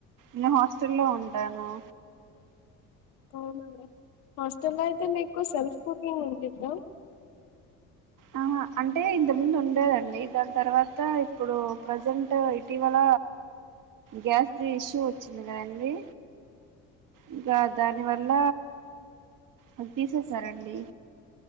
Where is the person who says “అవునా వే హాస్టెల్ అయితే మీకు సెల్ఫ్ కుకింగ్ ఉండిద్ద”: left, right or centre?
Left